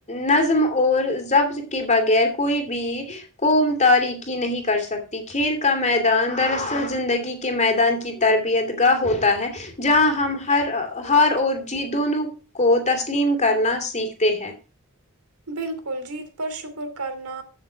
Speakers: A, on the left; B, on the right.
A: نظم اور ضبط کے بغیر کوئی بھی قوم تاریکی نہیں کر سک کھیل کا میدان دراصل زندگی کے میدان کی تربیت گاہ ہوتی تا ہے جہاں ہم ہر ہار اور جیت دونوں کو تسلیم کرنا سیکھتے ہیں
B: بالکل جیت پر شکر کرنا